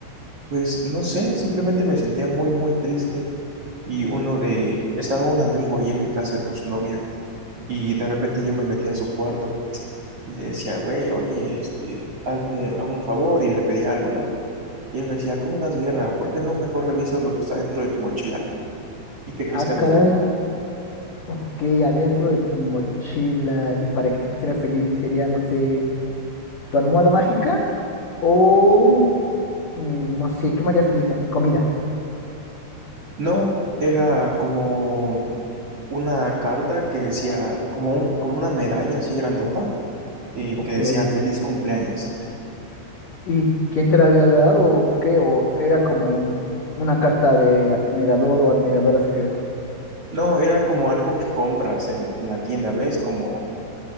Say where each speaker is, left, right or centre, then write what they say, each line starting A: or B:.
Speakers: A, on the right (about 60°); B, on the left (about 75°).
A: pues no sé, simplemente me sentía muy muy triste y uno de estaba un amigo ahí en mi casa con su novia Y de repente yo me metí a su cuarto y le decía, güey, oye, este, hazme un favor y le pedí algo, ¿no? Y él me decía, ¿cómo das guerra? ¿Por qué no mejor revisas lo que está dentro de tu mochila? ¿Y qué crees
B: Ah,
A: que había?
B: caray. Ok, adentro de tu mochila y para que te pusiera feliz sería, no sé, tu almohada mágica o, mm, no sé, ¿qué me haría feliz a mí? Comida.
A: No, era como una carta que decía, como un, como una medalla así grandota, eh,
B: Ok.
A: que decía feliz cumpleaños.
B: ¿Y quién te la había dado o qué? ¿O era como un- una carta de admirador o admiradora secreto?
A: No, era como algo que compras en, en la tienda, ¿ves? Como